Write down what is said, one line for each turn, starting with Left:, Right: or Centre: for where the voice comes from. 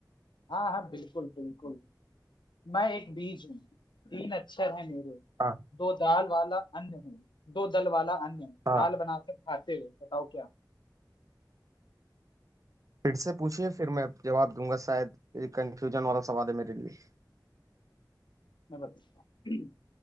Left: हाँ हाँ बिल्कुल बिल्कुल मैं एक बीज हूँ तीन अक्षर हैं मेरे
Right: हाँ
Left: दो दाल वाला अन्न हूँ दो दल वाला अन्न
Right: हाँ
Left: दाल बनाकर खाते हो बताओ क्या
Right: फिर से पूछिए फिर मैं जवाब दूंगा शायद ये कंफ्यूजन वाला सवाल है मेरे लिए
Left: मैं बताऊँ